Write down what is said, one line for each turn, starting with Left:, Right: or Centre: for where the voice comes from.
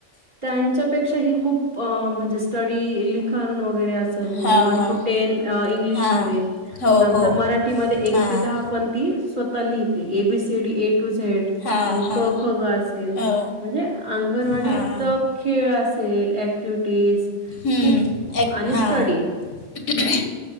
Right: त्यांच्या पेक्षा ही खूप म्हणजे स्टडी लिखाण वगैरे अस. चल म्हणजे
Left: हां
Right: वन
Left: हां
Right: टू टेन इंग्लिशमध्ये
Left: हां हो
Right: नंतर
Left: हो
Right: मराठीमध्ये एक
Left: हां
Right: ते दहा पण ती स्वतः लिहिते, A B C D A to Z.
Left: हां
Right: मग
Left: हां
Right: क ख ग असेल.
Left: हो
Right: म्हणजे अंगणवाडीत
Left: हां
Right: खेळ असेल अँक्टिव्हिविटिज
Left: हं
Right: खूप
Left: ॲक्ट
Right: आणि
Left: हां
Right: स्टडी
Left: <unintelligible>